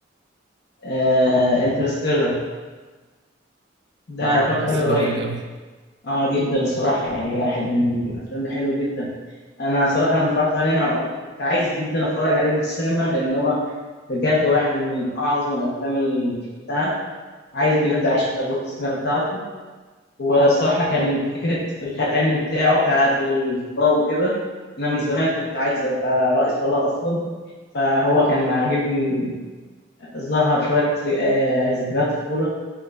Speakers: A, on the left; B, on the right.
A: آه انترستيلر ده
B: اه
A: اتفرجت
B: انترستيلر
A: عليه قريب
B: جامد أوي <laughs>
A: اه جدا الصراحة يعني واحد من الأفلام الحلوة جدا أنا صراحة لما اتفرجت عليه أنا كنت عايز جدا أتفرج عليه في السينما لأن هو بجد واحد من أعظم الأفلام اللي شفتها عايز بجد أعيش تجربة السينما بتاعته والصراحة كان فكرة الخيال العلمي بتاعه بتاعة الفضاء وكده أنا من زمان كنت عايز أبقى رائد فضاء أصلا فهو كان عاجبني ظهر شوية آه، ذكريات طفولة